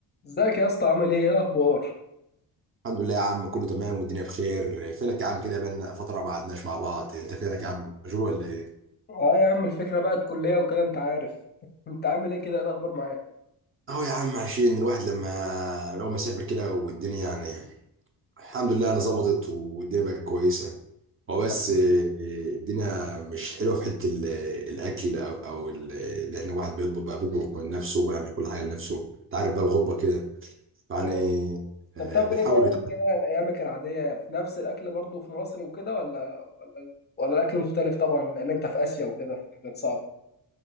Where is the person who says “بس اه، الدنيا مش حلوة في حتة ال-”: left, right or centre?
Right